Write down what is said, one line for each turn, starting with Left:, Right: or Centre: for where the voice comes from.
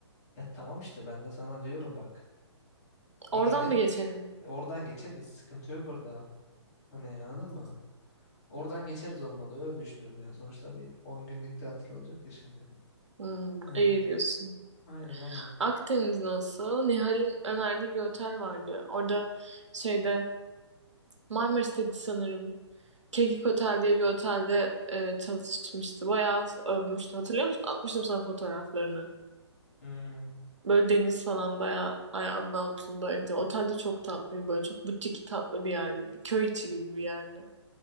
Left: Ya tamam işte ben de sana diyorum bak. Ege'de
Right: Oradan mı geçelim?
Left: <laughs> oradan geçeriz. Sıkıntı yok orada. Hani anladın mı? Oradan geçeriz olmadı. Öyle düşünüyorum yani. Sonuçta bir 10 günlük tatil olacak ya şimdi.
Right: Hmm,
Left: Ee,
Right: iyi diyorsun.
Left: aynen aynen.
Right: Akdeniz nasıl? Nihal'in önerdiği bir otel vardı. Orada şeyde Marmaris'teydi sanırım. Kekik Otel diye bir otelde e, çalışmıştı. Bayağı övmüştü. Hatırlıyor musun? Atmıştım sana fotoğraflarını.
Left: Hmm.
Right: Böyle deniz falan bayağı ayağının altındaydı. Otel de çok tatlı, böyle çok butik tatlı bir yerdi. Bir köy içi gibi bir yerdi.